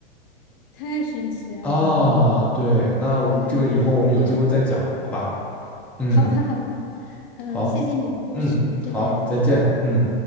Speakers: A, on the left; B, in the centre.
A: 太神奇了。
B: 啊。对，那这个以后我们有机会再讲，
A: 嗯，嗯
B: 好吧？嗯，
A: 好的好的，嗯，
B: 好，
A: 谢谢你的故事，
B: 嗯，
A: 再见。
B: 好，再见，嗯。